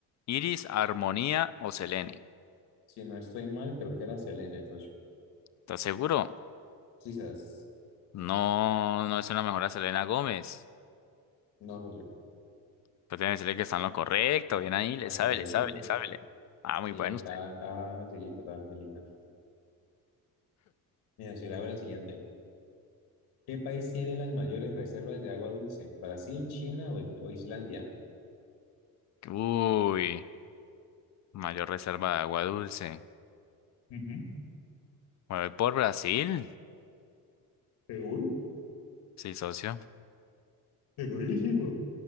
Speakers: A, on the left (about 50°); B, on the left (about 85°).
A: ¿Iris, Armonía o Selene?
B: Si no estoy mal, creo que era Selene, socio.
A: ¿Estás seguro?
B: Quizás.
A: No, no es una mejora Selena Gómez.
B: No, socio.
A: Pues tiene que decirle que está en lo correcto. Bien ahí, le
B: Para
A: sabe,
B: que vean.
A: le sabe, le sabe. le- Ah, muy
B: Sí,
A: bueno
B: está,
A: usted.
B: está facilita, está facilita. Mira, si le hago la siguiente. ¿Qué país tiene las mayores reservas de agua dulce? ¿Brasil, China o, o Islandia?
A: Uy, mayor reserva de agua dulce.
B: Ujú,
A: Me voy por Brasil.
B: Seguro,
A: Sí, socio.
B: segurísimo.